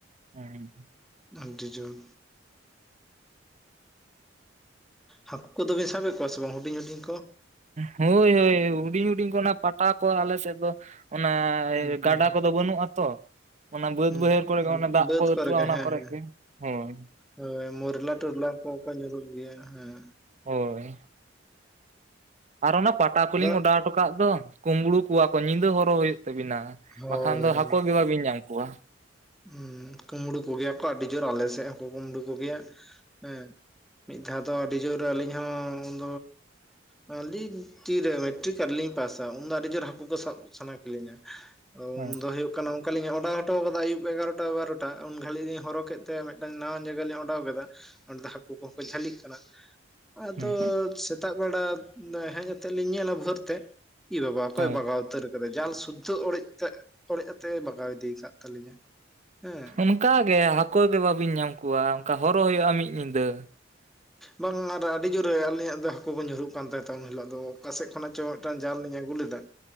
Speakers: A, on the right (about 40°); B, in the centre.
A: ᱦᱮᱸ
B: ᱟᱴᱤ ᱡᱚᱦ ᱦᱟᱹᱠᱩ ᱠᱚᱫᱚ ᱵᱤᱱ ᱥᱟᱵᱮᱫ ᱠᱚᱣᱟ ᱥᱮ ᱵᱟᱝ ᱦᱩᱰᱤᱧ ᱦᱩᱰᱤᱧ ᱠᱚ
A: ᱦᱳᱭ ᱦᱳᱭ ᱦᱩᱰᱤᱧ ᱦᱩᱰᱤᱧ ᱠᱚ ᱚᱱᱟ ᱯᱟᱴᱟ ᱠᱚ ᱟᱞᱮ ᱥᱮᱫ ᱫᱚ ᱚᱱᱟ
B: ᱦᱩᱸ ᱦᱩᱸ
A: ᱜᱟᱰᱟ ᱠᱚᱫᱚ ᱵᱟᱹᱱᱩᱜᱼᱟᱛᱚ ᱚᱱᱟ ᱵᱟᱹᱫᱽ
B: ᱦᱩᱸ
A: ᱵᱟᱹᱭᱦᱟᱹᱲ ᱠᱚᱨᱮ ᱜᱮ ᱮ
B: ᱦᱩᱸ
A: ᱫᱟᱜ
B: ᱵᱟᱹᱫᱽ
A: ᱠᱚ ᱟᱹᱛᱩᱜᱼᱟ
B: ᱜᱮ
A: ᱚᱱᱟ
B: ᱦᱮᱸ
A: ᱠᱚᱨᱮ
B: ᱦᱮᱸ
A: ᱜᱮ ᱦᱳᱸ
B: ᱦᱳᱭ ᱢᱚᱨᱞᱟ ᱴᱚᱨᱞᱟ ᱠᱚᱠᱚ ᱧᱩᱨᱩᱜ ᱜᱮᱭᱟ ᱦᱮᱸ
A: ᱦᱳᱭ ᱟᱨ ᱚᱱᱟ ᱯᱟᱴᱟ ᱠᱚᱞᱤᱧ
B: ᱫᱟᱜ
A: ᱚᱰᱟᱣ ᱦᱚᱴᱚ ᱠᱟᱜ ᱫᱚ ᱠᱩᱢᱵᱽᱲᱩ ᱠᱚᱣᱟ ᱠᱚ ᱧᱤᱫᱟᱹ ᱦᱚᱨᱚᱜ ᱦᱩᱭᱩᱜ ᱛᱟᱹᱵᱤᱱᱟ
B: ᱦᱳᱭ
A: ᱵᱟᱠᱷᱟᱱ ᱫᱚ
B: ᱦᱳᱭ
A: ᱦᱟᱹᱠᱩ ᱜᱮ ᱵᱟᱹᱵᱤᱱ ᱧᱟᱢ ᱠᱚᱣᱟ
B: ᱦᱩᱸ ᱠᱩᱢᱵᱽᱲᱩ ᱠᱚᱜᱮᱭᱟ ᱠᱚ ᱟᱹᱰᱤ ᱡᱳᱨ ᱟᱞᱮ ᱥᱮᱫ ᱦᱚᱸᱠᱚ ᱠᱩᱢᱲᱩ ᱠᱚᱜᱮᱭᱟ ᱦᱮᱸ ᱢᱤᱫ ᱫᱷᱟᱣ ᱫᱚ ᱟᱹᱰᱤ ᱡᱳᱨ ᱟᱹᱞᱤᱧ ᱦᱚᱸ ᱩᱱ ᱟᱹᱞᱤ ᱛᱤᱨᱮ ᱢᱮᱴᱨᱤᱠ ᱟᱨᱞᱤᱧ ᱯᱟᱥᱟ ᱩᱱ ᱫᱚ ᱟᱹᱰᱤ ᱡᱳᱨ ᱦᱟᱹᱠᱩ ᱠᱚ ᱥᱟᱵ ᱥᱟᱱᱟ ᱠᱤᱞᱤᱧᱟ ᱟᱫᱚ
A: ᱦᱮᱸ
B: ᱩᱱᱫᱚ ᱫᱚ ᱦᱩᱭᱩᱜ ᱠᱟᱱᱟ ᱚᱱᱠᱟᱞᱤᱧ ᱚᱰᱟᱣ ᱦᱚᱴᱚ ᱟᱠᱟᱫᱟ ᱟᱭᱩᱵ <inaudible> <inaudible> ᱮᱜᱟᱨᱚᱴᱟ ᱵᱟᱨᱚᱴᱟ ᱩᱱ ᱜᱷᱟᱹᱲᱤᱡ ᱞᱤᱧ ᱦᱚᱨᱚᱜ ᱠᱮᱫ ᱛᱮ ᱢᱤᱫᱴᱟᱝ ᱱᱟᱣᱟᱱ ᱡᱟᱭᱜᱟ ᱞᱤᱧ ᱚᱰᱟᱣ ᱠᱮᱫᱟ ᱚᱸᱰᱮ ᱫᱚ ᱦᱟᱹᱠᱩ ᱠᱚᱦᱚᱸ ᱠᱚ ᱡᱷᱟᱹᱞᱤᱜ ᱠᱟᱱᱟ ᱟᱫᱚ
A: ᱦᱮᱸ
B: ᱥᱮᱛᱟ ᱥᱮᱛᱟᱜ ᱵᱮᱲᱟ ᱦᱮᱡ ᱟᱛᱮᱫ ᱞᱤᱧ ᱧᱮᱞᱟ ᱵᱷᱳᱨ ᱛᱮ ᱤ ᱵᱟᱵᱟ ᱚᱠᱚᱭ
A: ᱦᱳᱭ
B: ᱵᱟᱜᱟᱣ ᱩᱛᱟᱹᱨ ᱡᱟᱞ ᱥᱩᱫᱽᱫᱷᱚ ᱚᱲᱮᱡ ᱛᱮ ᱚᱲᱮᱡ ᱠᱟᱛᱮ ᱵᱟᱜᱟᱣ ᱤᱫᱤ ᱟᱠᱟᱫ ᱛᱟᱹᱟᱞᱤᱧᱟ ᱦᱮᱸ
A: ᱚᱱᱠᱟ ᱜᱮ ᱦᱟᱹᱠᱩ ᱫᱚ ᱵᱟᱟᱹᱵᱤᱱ ᱧᱟᱢ ᱠᱚᱣᱟ ᱚᱱᱠᱟ ᱦᱚᱨᱚᱜ ᱦᱩᱭᱩᱜᱼᱟ ᱢᱤᱫ ᱧᱤᱫᱟᱹ
B: ᱵᱟᱝ ᱟᱨ ᱟᱹᱰᱤ ᱡᱳᱨᱮ ᱟᱞᱤᱧᱟᱜ ᱫᱚ ᱦᱟᱹᱠᱩ ᱵᱚᱱ ᱧᱩᱨᱩᱜ ᱠᱟᱱᱟ ᱦᱩᱭᱩᱜ ᱠᱟᱱ ᱛᱟᱦᱮᱸ ᱩᱱ ᱦᱤᱞᱳᱜ ᱟ ᱚᱠᱟ ᱥᱮᱫ ᱠᱷᱚᱱᱟᱜ ᱪᱚᱝ ᱢᱤᱫᱴᱟᱱ ᱡᱟᱞ ᱞᱤᱧ ᱟᱹᱜᱩ ᱞᱮᱫᱟ